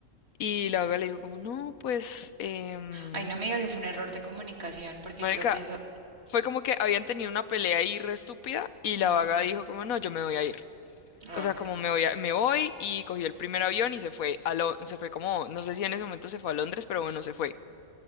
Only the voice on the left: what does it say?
Y la Vaga le dijo como, no, pues, em,
marica,
fue como que habían tenido una pelea ahí re estúpida y la
vaga dijo como, no, yo me voy a ir.
O sea, como me voy, a- me voy y cogió el primer avión y se fue a Lo- se fue como, no sé si en ese momento se fue a Londres, pero bueno, se fue.